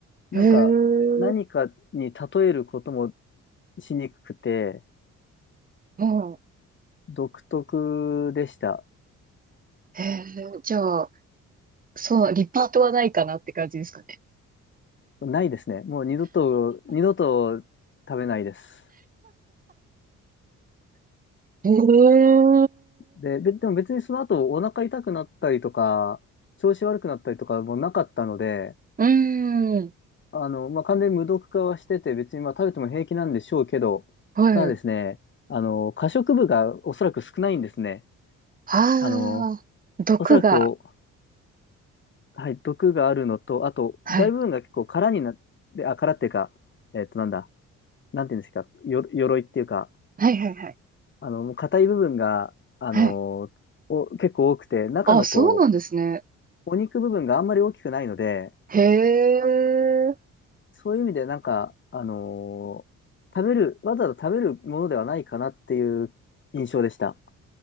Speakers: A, on the left; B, on the right.
A: なんか、
B: へえ。
A: 何かに例えることも
B: う
A: しにくくて、
B: ん。
A: 独特でした。
B: へえ。じゃあ、そう、リピートはないかなって感じですかね。
A: ないですね。もう二度と、二度と食べないです。
B: へえ。う
A: で、べでも別にその後お腹痛くなったりとか、調子悪くなったりとかもなかったので、
B: ーん。
A: あの、まあ、完全に無毒化はしてて、別にまあ食べても平気なんでしょうけど、
B: はい。
A: ただですね、あの、可食部がおそらく少ないんですね。
B: ああ、
A: あの、
B: 毒が。
A: おそらくこう、はい、毒があるのと、あと、
B: はい。
A: 大部分が結構空になって、あ、空っていうか、えっと、なんだ、なんていうんですか、よ、鎧っていうか、
B: はいはいはい。
A: あの、硬い部分が、あの、
B: はい。
A: お、結構多くて、中のこ
B: あ、そうなんですね。
A: う、お肉部分があんまり大きくないので、
B: へえ。
A: そういう意味でなんか、あの、食べる、わざわざ食べるものではないかなっていう印象でした。